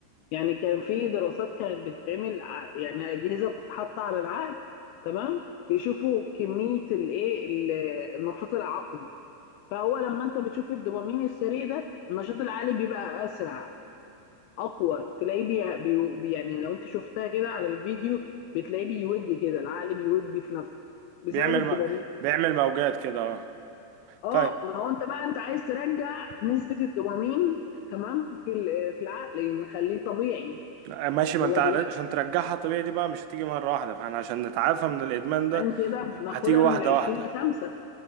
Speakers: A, on the left; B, on the right.
A: يعني كان في دراسات كانت بتتعمل ع- يعني أجهزة بتتحط على العقل تمام بيشوفوا كمية الايه ال- النشاط العقلي فهو لما انت بتشوف الدوبامين السريع ده النشاط العقلي بيبقى اسرع اقوى تلاقيه بي... بي... بي- يعني لو انت شفتها كده على الفيديو بتلاقيه بيوج كده العقل بيوج في نفسه بسبب
B: بيعمل
A: الدوبامين
B: م... بيعمل موجات كده اه
A: اه
B: طيب
A: ما هو انت بقى انت عايز ترجع نسبة الدوبامين تمام في ال- في العقل نخليه طبيعي
B: ماشي ما
A: هو
B: انت على-
A: دلوقتي
B: عشان ترجعها طبيعي دي بقى مش هتيجي مرة واحدة فاحنا عشان نتعافى من الادمان ده
A: كان كده بناخدها
B: هتيجي واحدة
A: من ال 20
B: واحدة
A: ل 5